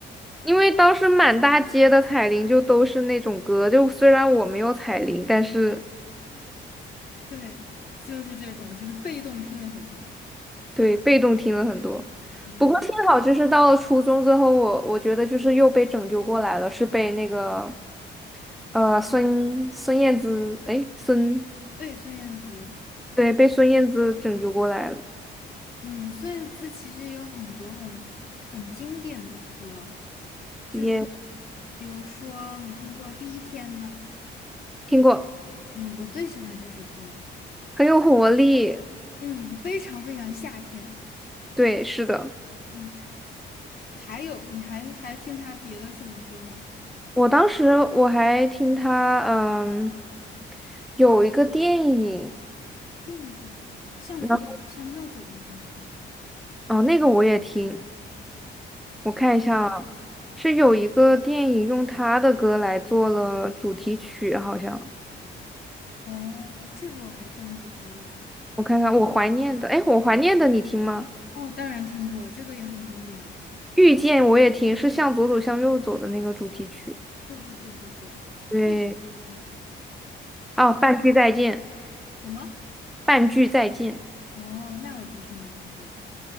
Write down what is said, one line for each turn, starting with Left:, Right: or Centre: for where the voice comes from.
Centre: 因为当时满大街的彩铃就都是那种歌，就虽然我没有彩铃，但是
Left: 对，就是这种，就是被动听了很多。
Centre: 对，被动听了很多。
Left: 嗯，
Centre: 不过幸好，就是到了初中之后，我我觉得就是又被拯救过来了，是被那个呃孙孙燕姿，哎，孙，
Left: 对，孙燕姿，
Centre: 对，被孙燕姿拯救过来了，
Left: 嗯，孙燕姿其实也有很多很很经典的歌，就是
Centre: 也
Left: 比如说你听过《第一天》吗？
Centre: 听过，
Left: 嗯，我最喜欢这首歌了。
Centre: 很有活力。
Left: 嗯，非常非常夏天。
Centre: 对，是的，
Left: 嗯，还有，你还还听他别的什么歌吗？
Centre: 我当时我还听他，嗯，有一个电影，
Left: 电影向左走，
Centre: 那
Left: 向右走那个吗？
Centre: 哦，那个我也听，我看一下啊，是有一个电影用他的歌来做了主题曲，好像
Left: 哦，这个我还真不知道。
Centre: 我看看，我怀念的，哎，我怀念的你听吗？
Left: 哦，当然听过，这个也很经典啊。
Centre: 遇见我也听，是向左走向右走的那个主题曲。
Left: 对对对对对，
Centre: 对，
Left: 那个也很经典。
Centre: 哦，半句再见，
Left: 什么？
Centre: 半句再见，
Left: 哦，那我的确没听过。